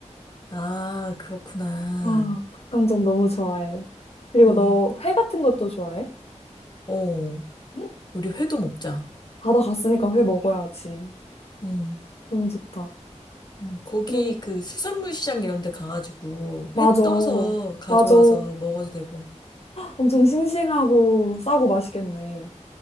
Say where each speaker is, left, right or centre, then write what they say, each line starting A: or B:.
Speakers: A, on the left; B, on the left.
A: 아, 그렇구나.
B: 아, 닭강정 너무 좋아해. 그리고
A: 음,
B: 너 회 같은 것도 좋아해?
A: 어,
B: 응?
A: 우리 회도 먹자.
B: 바다 갔으니까 회 먹어야지.
A: 음.
B: 너무 좋다.
A: 음, 거기
B: 그럼,
A: 그 수산물 시장 이런 데 가가지고
B: 맞아.
A: 회 떠서 가져와서
B: 맞아.
A: 먹어도 되고.
B: 엄청 싱싱하고 싸고 맛있겠네.